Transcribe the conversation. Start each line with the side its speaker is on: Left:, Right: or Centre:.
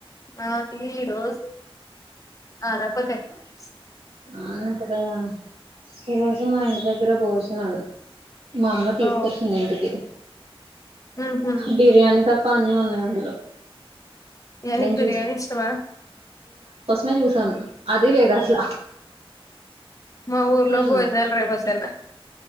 Left: ఆ ఈరోజు ఆనపకాయ పులుసు
Right: ఆనప్పకాయ ఈ రోజు మా ఇంటి దగ్గర బోజు నాలు మా అమ్మ తీసుకొచ్చింది
Left: ఓ
Right: ఇంటికి.
Left: ఉహు
Right: బిర్యానీ తప్ప అన్నీ ఉన్నాయి అందులో
Left: ఎ
Right: నేను
Left: నీకి బిర్యాణి ఇష్టమా?
Right: మె చూసాను అదే లేదు అసల
Left: మా ఊర్లో భోజనాలు
Right: ఉన్నాయి
Left: రె బస్ ఎంద్ర